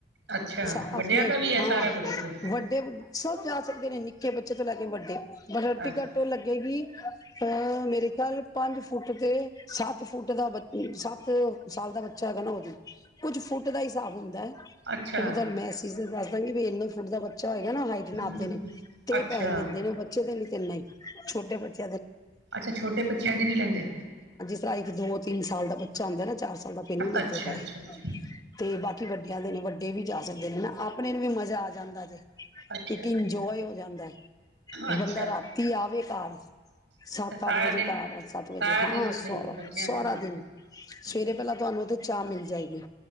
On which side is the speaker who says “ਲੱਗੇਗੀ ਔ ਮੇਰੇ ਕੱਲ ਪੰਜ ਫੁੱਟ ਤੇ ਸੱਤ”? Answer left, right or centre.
Left